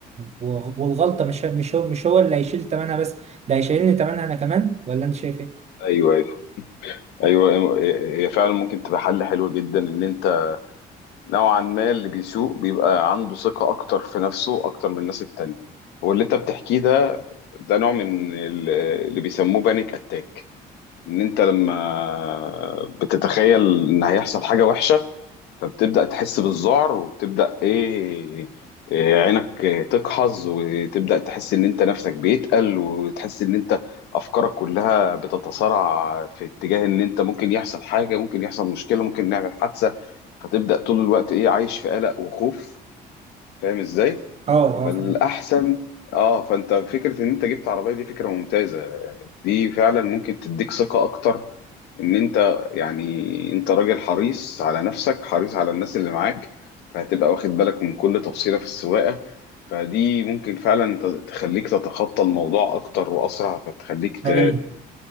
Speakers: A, on the right (about 40°); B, on the left (about 85°).
A: و- والغلطه مش مش هو مش هو اللي هيشيل تمنها بس ده هيشيلني تمنها انا كمان ولا انت شايف ايه؟
B: ايوه ايوه ايوه هي فعلا ممكن تبقى حل حلو جدا ان انت نوعا ما اللي بيسوق بيبقى عنده ثقة أكتر في نفسه أكتر من الناس التانية هو اللي أنت بتحكيه ده ده نوع من ال- اللي بيسموه بانيك أتاك إن أنت لما بتتخيل إن هيحصل حاجة وحشة فبتبدأ تحس بالذعر وبتبدأ إيه إيه، عينك تقحظ وتبدأ تحس إن أنت نفسك بيتقل وتحس إن أنت أفكارك كلها بتتصارع في اتجاه إن أنت ممكن يحصل حاجة ممكن يحصل مشكلة ممكن نعمل حادثة فتبدأ طول الوقت إيه عايش في قلق وخوف فاهم إزاي؟
A: اه
B: فالأحسن
A: اه فاهم
B: آه فأنت فكرة إن أنت جبت عربية دي فكرة ممتازة دي فعلا ممكن تديك ثقة أكتر ان انت يعني انت راجل حريص على نفسك حريص على الناس اللي معاك فهتبقى واخد بالك من كل تفصيلة في السواقة فدي ممكن فعلا ت- تخليك تتخطى الموضوع اكتر واسرع فتخليك
A: تمام
B: ت...